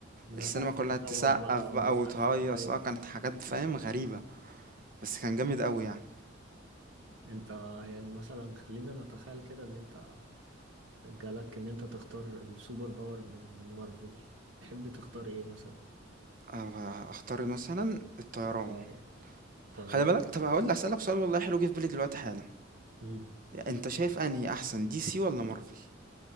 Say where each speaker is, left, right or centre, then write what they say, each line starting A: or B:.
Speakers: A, on the right; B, on the right.
A: الناس
B: السينما
A: قعدت
B: كلها
A: تصوت
B: تسقف
A: بقى
B: بقى
A: وتسقف
B: وتهيص
A: ايوه
B: اه كانت حاجات
A: <laughs>
B: فاهم غريبة بس كان جامد قوي يعني
A: انت يعني مثلا خلينا نتخيل كده ان انت جالك ان انت تختار السوبر باور من من مارفل تحب تختار ايه مثلا
B: أه، اختار مثلا الطيران
A: اه يعني الطيران
B: خلي بالك طب هقول هسألك سؤال والله حلو جه في بالي دلوقتي حالا
A: مم.
B: انت شايف انهي احسن دي سي ولا مارفل